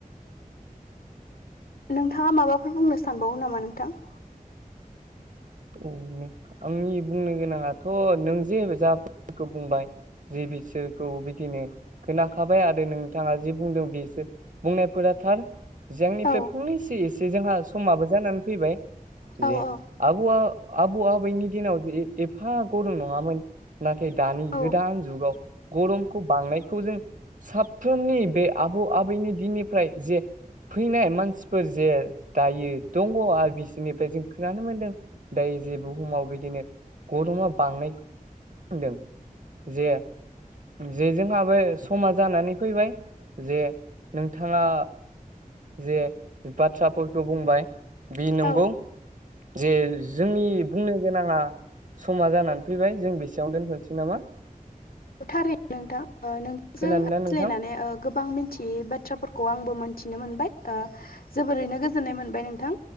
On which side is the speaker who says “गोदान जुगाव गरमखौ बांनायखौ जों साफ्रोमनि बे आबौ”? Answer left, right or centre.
Right